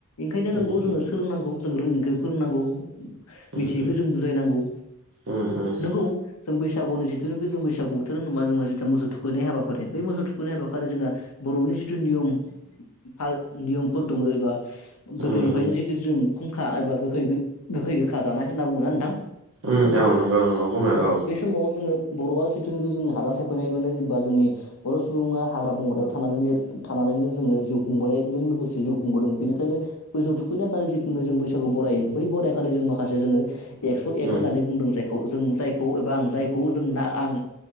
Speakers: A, on the left; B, on the right.
A: इखायनो
B: उम
A: नोंगौ
B: उम
A: जोङो सोलोंनांगौ। जों रोङैखो फोरोंनांगौ। मिथियैखो
B: उम
A: जों बुजायनांगौ।
B: उम उम
A: नंगौ जों बैसागुनि जिथुनोखि जों बैसागु बोथोर नङा जोंहा जिथा मोसौ थुखैनाय हाबाखारि बै मोसौ थुखैनाय हाबाखारि जोंहा बर'नि जिथु नियम फा नियमफोर दङो एबा गोदोनिफ्रायनो
B: उम उम
A: जिथु जों खुंखा एबा गोखै गोखै गोखा जानाय होनना बुङोना नोंथां?
B: उम औ नंगौ नंगौ बुङो औ
A: बे समाव जोङो बर'आ जिथुनिुखि जोङो हादान सेफायनायबानो जेनेबा जोंनि बर' सुबुङा हाग्रा बंग्रायाव थानानै लिर थानानैनो जोङो जिउ खुंबनायजों लोगोसे जिउ खुंबोदों बेनिखायनो मोसौ थुखैनाय खालि जिथुनिुख जों बैसागु बरायो बै बराय खालि जों माखासे जोङो एकस' एक
B: उम
A: होननानै बुंदों जायखौ जों जायखौ एबा आं जायखौ जों आं